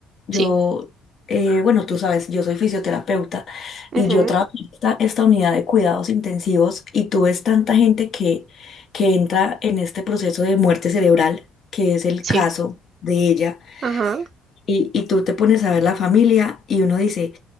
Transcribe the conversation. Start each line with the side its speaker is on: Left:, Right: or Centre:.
Left: Yo,
Right: Sí,
Left: eh, bueno, tú sabes, yo soy fisioterapeuta
Right: ujú,
Left: y yo trabajé en esta, esta unidad de cuidados intensivos y tú ves tanta gente que, que entra en este proceso de muerte cerebral, que es el
Right: sí,
Left: caso de ella,
Right: ajá,
Left: y, y tú te pones a ver la familia y uno dice,